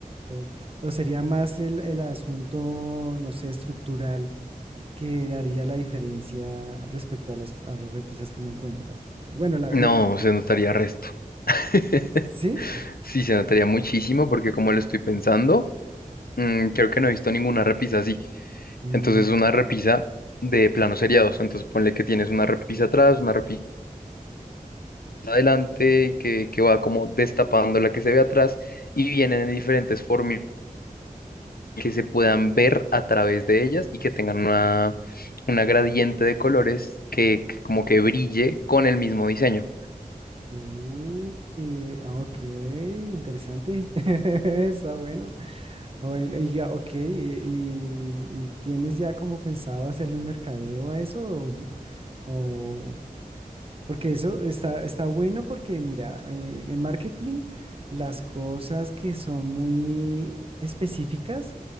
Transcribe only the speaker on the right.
o- o sería más el, el asunto, no sé, estructural? que haría la diferencia respecto a las, a las repisas que uno encuentra. Eh, Bueno, la,
la-
¿sí?
Mm,
uy, eh, ah, ok, interesante. <laughs> Está bueno. Bueno, y ya, ok, y, y- y ¿tienes ya como pensado hacerle un mercadeo a eso? ¿O, o- Porque eso está, está bueno porque, mira, eh, en marketing las cosas que son muy específicas